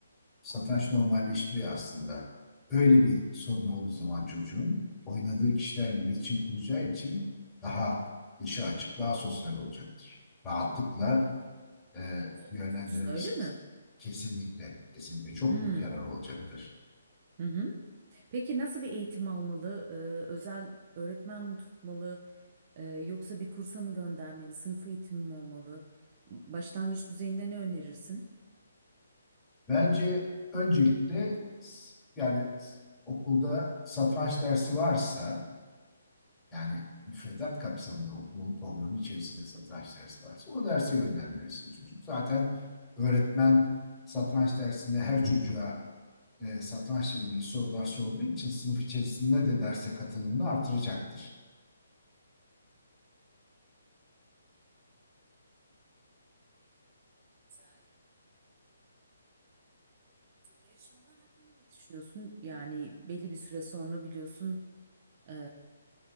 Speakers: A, on the left; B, on the right.
A: satranç normalleştiriyor aslında. Öyle bir sorunu olduğu zaman çocuğun oynadığı kişilerle iletişim kuracağı için daha dışa açık, daha sosyal olacaktır. Rahatlıkla
B: Yani
A: e,
B: yararlı olur
A: yönlendirebilirsiniz.
B: diyorsun öyle mi?
A: Kesinlikle, kesinlikle çok
B: Hmm.
A: büyük yarar olacaktır.
B: Hı hı. Peki nasıl bir eğitim almalı? Ee, özel öğretmen mi tutmalı? Ee, yoksa bir kursa mı göndermeli? Sınıf eğitimi mi olmalı? Başlangıç düzeyinde ne önerirsin?
A: Bence öncelikle s- yani s- okulda satranç dersi varsa Yani müfredat kapsamında okulun programı içerisinde satranç dersi varsa o derse yönlendirirsin çocuk. Zaten öğretmen satranç dersinde her çocuğa e, satrançla ilgili sorular sorduğu için sınıf içerisinde de derse katılımını artıracaktır.
B: Güzel. Yarışmalar hakkında ne düşünüyorsun? Yani belli bir süre sonra biliyorsun e,